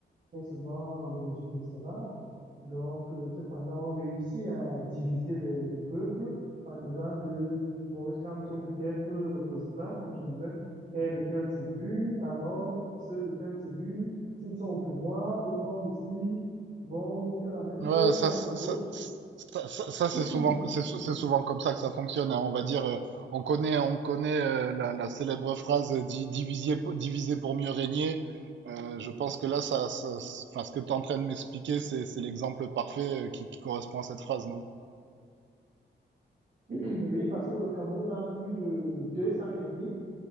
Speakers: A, on the right; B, on the right.
A: est souvent à l'origine de cela. Donc, euh, cependant, on réussit à diviser les- le peuple en disant que Maurice Kamto, peut-être euh, l'opposant, comme je disais, est de telle tribu, alors ceux de telle tribu, s'ils sont au pouvoir, ils vont aussi, bon, ils vont faire la même
B: Ouais,
A: chose
B: ça,
A: à
B: ça, ça,
A: d'autres.
B: ça, ça- ça,
A: <coughs>
B: c'est souvent, c'est sou-
A: <clears throat>
B: c'est souvent comme ça que ça fonctionne. hein. On va dire, euh, on connaît, on connaît euh, la, la célèbre phrase euh, di- diviser, pour- diviser pour mieux régner. Euh,
A: Oui,
B: je pense que là, ça, ça- c'est- enfin, ce que tu es en train de m'expliquer, c'est, c'est l'exemple parfait euh, qui, qui correspond à cette phrase, non?
A: <clears throat> oui, parce que le Cameroun a plus de 200 ethnies